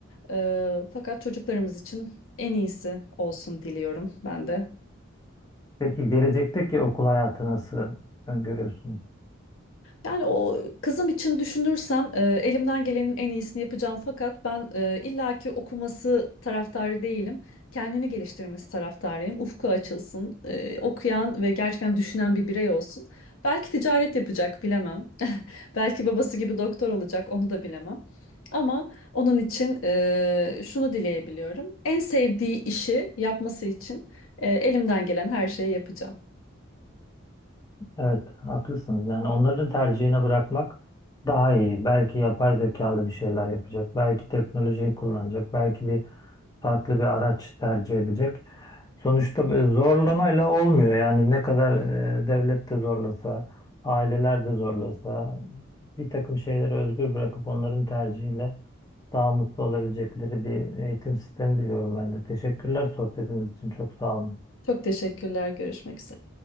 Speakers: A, on the left; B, on the left.
A: Ee, fakat çocuklarımız için en iyisi olsun diliyorum ben de.
B: Peki gelecekteki okul hayatı nasıl öngörüyorsunuz?
A: Yani o kızım için düşünürsem e, elimden gelenin en iyisini yapacağım fakat ben e, illaki okuması taraftarı değilim. Kendini geliştirmesi taraftarıyım. Ufku açılsın, e, okuyan ve gerçekten düşünen bir birey olsun. Belki ticaret yapacak bilemem. <laughs> Belki babası gibi doktor olacak onu da bilemem. Ama onun için e, şunu dileyebiliyorum. En sevdiği işi yapması için e, elimden gelen her şeyi yapacağım.
B: Evet, haklısınız. Yani onların tercihine bırakmak daha iyi. Belki yapay zekalı bir şeyler yapacak, belki teknolojiyi kullanacak, belki bir farklı bir araç tercih edecek. Sonuçta bir zorlamayla olmuyor. Yani ne kadar e, devlet de zorlasa, aileler de zorlasa, bir takım şeyleri özgür bırakıp onların tercihiyle daha mutlu olabilecekleri bir eğitim sistemi diliyorum ben de. Teşekkürler sohbetiniz için. Çok sağ olun.
A: Çok teşekkürler. Görüşmek üzere.